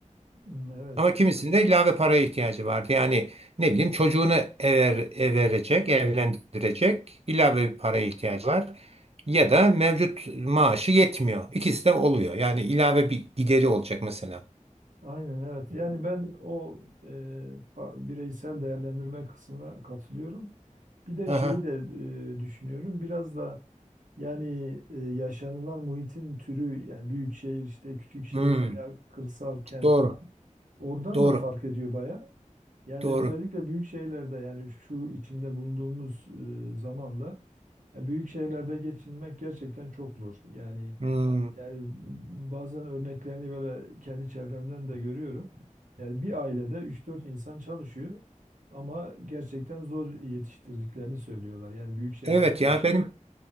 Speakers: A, on the right; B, on the right.
A: Hmm, Evet.
B: Ama kimisinin de ilave paraya ihtiyacı vardı. Yani ne bileyim çocuğunu ever, ev verecek, evlendirecek ilave bir paraya ihtiyacı var. Ya da mevcut maaşı yetmiyor. İkisi de oluyor. Yani ilave bir gideri olacak mesela.
A: Aynen evet. Yani ben o e, fa- bireysel değerlendirme kısmına katılıyorum. Bir de
B: Aha.
A: şeyi de e, düşünüyorum. Biraz da yani e, yaşanılan muhitin türü yani büyük şehir işte küçük şehir
B: Hmm.
A: veya kırsal kent
B: Doğru.
A: falan. Oradan
B: Doğru.
A: da fark ediyor baya. Yani
B: Doğru.
A: özellikle büyük şehirlerde yani şu içinde bulunduğumuz e, zamanda ya büyük şehirlerde geçinmek gerçekten çok zor. Yani
B: Hmm.
A: yani bazen örneklerini böyle kendi çevremden de görüyorum. Yani bir ailede üç dört insan çalışıyor ama gerçekten zor yetiştirdiklerini söylüyorlar. Yani büyük şeylerde
B: Evet
A: öyle.
B: ya benim